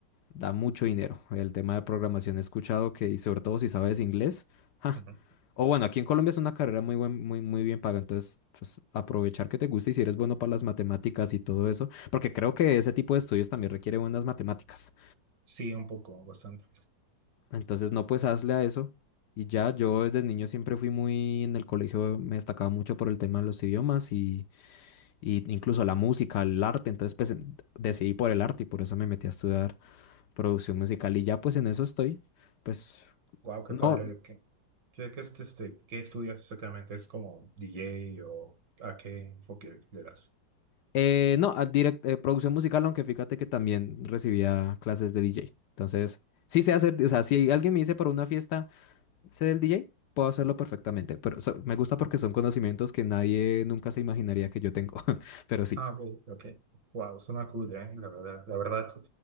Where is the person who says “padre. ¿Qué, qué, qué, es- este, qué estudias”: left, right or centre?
Right